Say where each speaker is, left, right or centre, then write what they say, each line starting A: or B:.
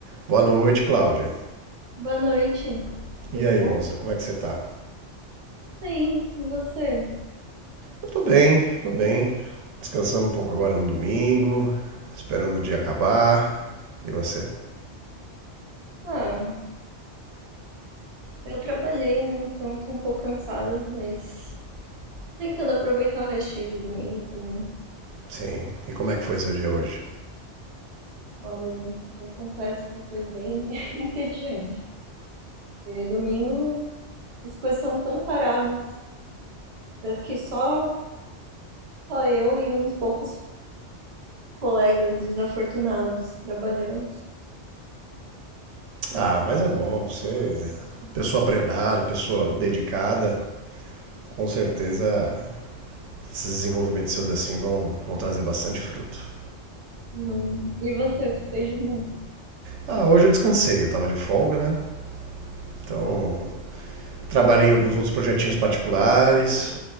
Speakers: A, on the right; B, on the right.
A: Boa noite, Cláudia.
B: Boa noite,
A: E
B: tudo
A: aí,
B: bom?
A: moça, como é que você tá?
B: Bem, e você?
A: Eu tô bem, tô bem. Descansando um pouco agora no domingo, esperando o dia acabar. E você?
B: Ah, eu trabalhei, né? Então tô um pouco cansada, mas tô tentando aproveitar o restinho de domingo também.
A: Sim. E como é que foi seu dia hoje?
B: Olha, eu confesso que foi bem <laughs> entediante. E domingo as coisas são tão paradas. Parece que só, só eu e uns poucos colegas desafortunados trabalhamos.
A: Ah, mas é bom. Você, pessoa prendada, pessoa dedicada, com certeza esses desenvolvimentos seus assim vão, vão trazer bastante fruto.
B: Hum, E você, o que fez de bom?
A: Ah, hoje eu descansei, eu tava de folga, né? Então, trabalhei em alguns outros projetinhos particulares,